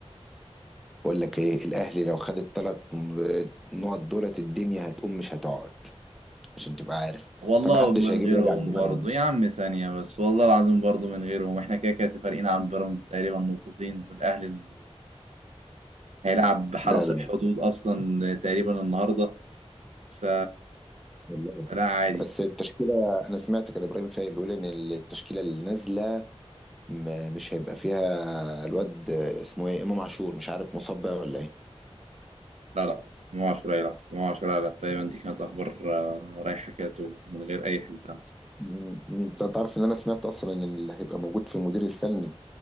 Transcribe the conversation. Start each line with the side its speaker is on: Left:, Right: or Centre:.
Centre: بقول لك ايه الاهلي لو خد الثلاث نقط دولت الدنيا هتقوم مش هتقعد عشان تبقى عارف
Right: والله
Centre: فمحدش
Right: من
Centre: هيجيب
Right: غيرهم
Centre: وجع الدماغ
Right: برضه
Centre: ده
Right: يا عم ثانية بس والله العظيم برضه من غيرهم احنا كده كده فارقين عن بيراميدز تقريبا نقطتين والاهلي ال- هيلعب حرس
Centre: لا لا
Right: الحدود اصلا تقريبا النهارده ف
Centre: والله
Right: لا عادي
Centre: بس التشكيله انا سمعت كان ابراهيم فايق بيقول ان التشكيله اللي نازله م- مش هيبقى فيها الواد اسمه ايه امام عاشور مش عارف مصاب بقى ولا ايه
Right: لا لا ما عشرة يلعب ما عشرة يلعب تقريبا دي كانت اخبار آه، رايحة كده من غير اي حسبان اصلا
Centre: مم. انت تعرف ان انا سمعت اصلا ان اللي هيبقى موجود في المدير الفني